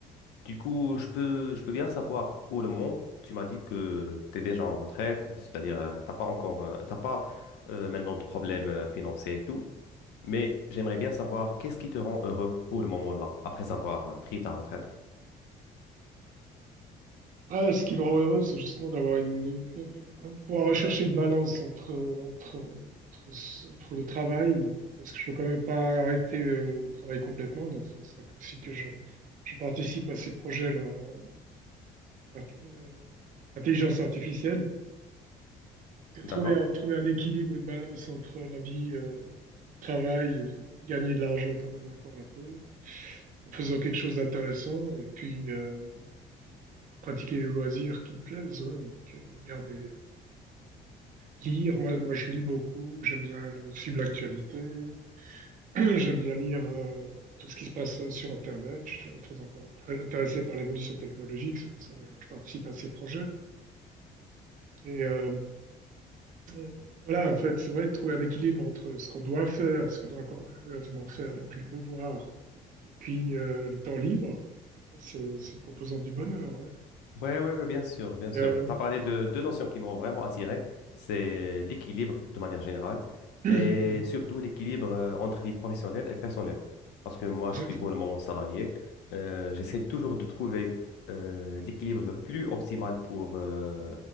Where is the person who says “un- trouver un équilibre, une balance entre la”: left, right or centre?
Right